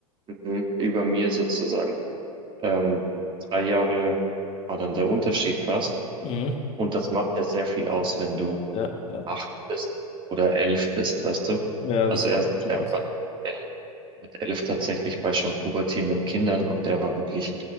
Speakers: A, on the right; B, on the left.
A: Mhm. Über mir sozusagen. Ähm, drei Jahre war dann der Unterschied fast.
B: Mhm.
A: Und das macht ja sehr viel aus, wenn du
B: Ja, ja.
A: acht bist oder elf bist, weißt du?
B: Ja,
A: Also
B: das
A: er,
B: macht viel
A: er
B: aus.
A: war mit elf, mit elf tatsächlich bei schon pubertierenden Kindern und der war wirklich